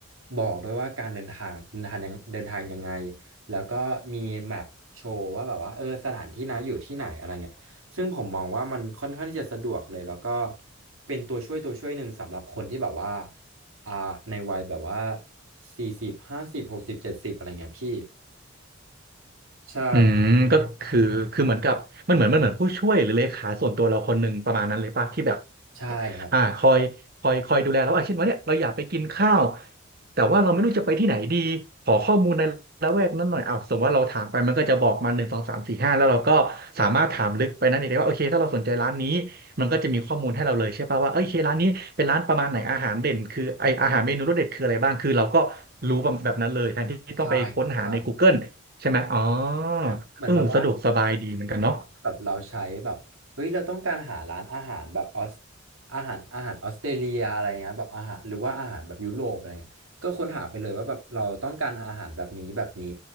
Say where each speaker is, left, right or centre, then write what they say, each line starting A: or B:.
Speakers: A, on the right; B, on the right.
A: บอกด้วยว่าการเดินทางเดินทางยังเดินทางยังไง แล้วก็มีแมปโชว์ว่าแบบว่าเออสถานที่นะอยู่ที่ไหนอะไรเงี้ยซึ่งผมมองว่ามันค่อนข้างที่จะสะดวกเลย แล้วก็เป็นตัวช่วยตัวช่วยหนึ่งสำหรับคนที่แบบว่าอ่าในวัยแบบว่าสี่สิบห้าสิบหกสิบเจ็ดสิบอะไรเงี้ยพี่ใช่
B: อืมก็คือคือเหมือนกับมันเหมือนมันเหมือนผู้ช่วยหรือเลขาส่วนตัวเราคนหนึ่งประมาณนั้นเลยป่ะที่แบบ
A: ใช่ครับ
B: อ่าคอยคอยคอยดูแลเราอ่ะเช่นว่าเนี่ยเราอยากไปกินข้าวแต่ว่าเราไม่รู้จะไปที่ไหนดีขอข้อมูลในละแวกนั้นหน่อยอ้าวสมมติว่าเราถามไปมันก็จะบอกมาหนึ่งสองสามสี่ห้าแล้วเราก็สามารถถามลึกไปนั้นเองได้ว่าโอเคถ้าเราสนใจร้านนี้มันก็จะมีข้อมูลให้เราเลยใช่ป่ะว่าเอ้ยโอเคร้านนี้เป็นร้านประมาณไหนอาหารเด่นคือไออาหารเมนูรสเด็ดคืออะไรบ้างคือเราก็รู้แบบนั้นเลยแทนที่ต้องไปค้นหาใน
A: ใช่ครับใช่ครับ
B: Google ใช่ไหมอ๋อ
A: ใช่ครับเหมือนแบบว่า
B: เออสะดวกสบายดีเหมือนกันเนาะ
A: แบบเราใช้แบบเฮ้ยเราต้องการหาร้านอาหารแบบออสอาหารอาหารออสเตรเลียอะไรเงี้ยแบบอาหารหรือว่าอาหารแบบยุโรปอะไรเงี้ยก็ค้นหาไปเลยว่าแบบเราต้องการอาหารแบบนี้แบบนี้